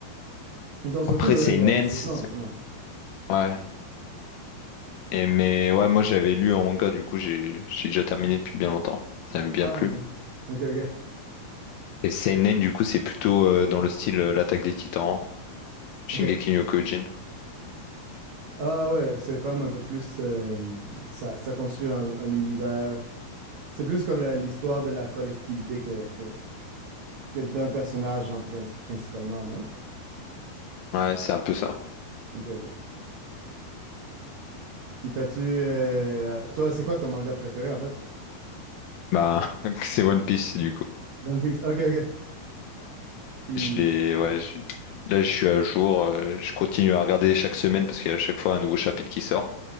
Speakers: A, on the right; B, on the left.
A: Ils ont sorti
B: Après
A: une nouvelle
B: c'est une
A: euh,
B: ends,
A: saison récemment. hein.
B: ouais. Et mais ouais moi j'avais lu en manga du coup j'ai j'ai déjà terminé depuis bien longtemps. Ça m'a bien
A: Ah
B: plu.
A: ok. Ok, ok,
B: Et seinen du coup c'est plutôt euh, dans le style euh, l'attaque des Titans Shingeki
A: ok.
B: no Kyojin.
A: Ah ouais, c'est comme un peu plus. euh, ça, ça construit un, un univers. C'est plus comme la- l'histoire de la collectivité que, que, que d'un personnage, genre, princi- principalement, non?
B: Ouais, c'est un peu ça.
A: Ok, ok. Puis t'as-tu. euh, toi, c'est quoi ton manga préféré, en fait?
B: Bah, <laughs> c'est One Piece, du coup.
A: One Piece. Ok, ok. Puis.
B: Je l'ai, ouais, je- là, je suis à jour. euh, je continue à regarder chaque semaine parce qu'il y a à chaque fois un nouveau chapitre qui sort.